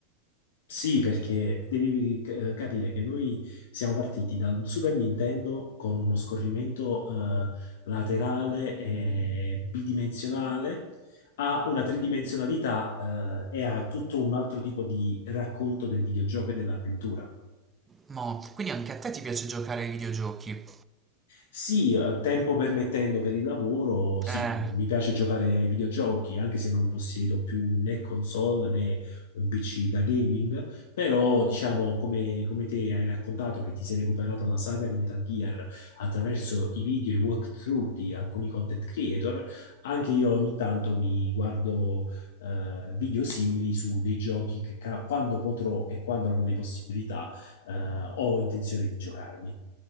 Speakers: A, on the left; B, on the right.
A: Sì, perché devi c- capire che noi siamo partiti da un Super Nintendo con uno scorrimento eh, laterale e bidimensionale a una tridimensionalità eh, e a tutto un altro tipo di racconto del videogioco e dell'avventura.
B: Mo, quindi anche a te ti piace giocare ai videogiochi?
A: Sì, eh, tempo permettendo per il lavoro, sì,
B: Eh.
A: eh, mi piace giocare ai videogiochi, anche se non possiedo più né console né un PC da gaming, però diciamo come, come te hai raccontato che ti sei recuperato la saga di Metal Gear attraverso i video e i walkthrough di alcuni content creator, anche io ogni tanto mi guardo eh, video simili su dei giochi che ca- quando potrò e quando avrò le possibilità eh, ho intenzione di giocarmi.